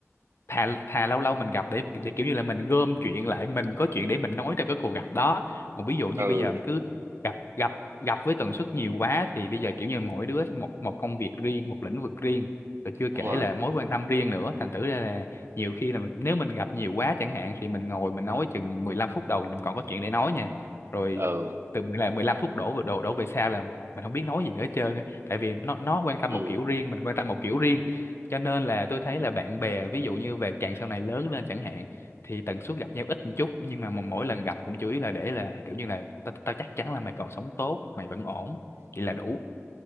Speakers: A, on the left; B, on the right.
A: thà thà lâu lâu mình gặp để để kiểu như là mình gom chuyện lại mình có chuyện để mình nói trong cái cuộc gặp đó còn ví dụ như
B: ừ
A: bây giờ mà cứ gặp gặp gặp với tần suất nhiều quá thì bây giờ kiểu như mỗi đứa một một công việc riêng một lĩnh vực riêng rồi chưa
B: đúng
A: kể
B: rồi
A: là mối quan tâm riêng nữa thành thử ra là nhiều khi là mình, nếu mình gặp nhiều quá chẳng hạn thì mình ngồi mình nói chừng 15 phút đầu thì mình còn có chuyện để nói nha rồi
B: ừ
A: từ mười là 15 phút đổ về- đổ đổ về sau là mình không biết nói gì nữa hết trơn á. tại vì nó nó quan tâm
B: ừ
A: một kiểu riêng mình quan tâm một kiểu riêng cho nên là tôi thấy là bạn bè ví dụ như về càng sau này lớn lên chẳng hạn thì tần suất gặp nhau ít một chút nhưng mà mà mỗi lần gặp cũng chủ yếu là để là kiểu như là tao tao chắc chắn là mày còn sống tốt mày vẫn ổn vậy là đủ